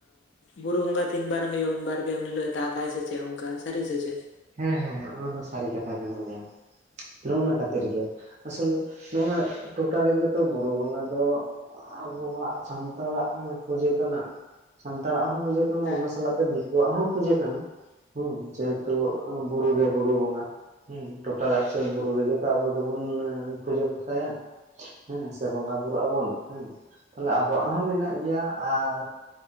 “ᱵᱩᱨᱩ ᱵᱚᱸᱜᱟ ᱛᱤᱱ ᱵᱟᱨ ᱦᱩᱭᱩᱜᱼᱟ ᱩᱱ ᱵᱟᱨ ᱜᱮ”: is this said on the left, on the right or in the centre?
Left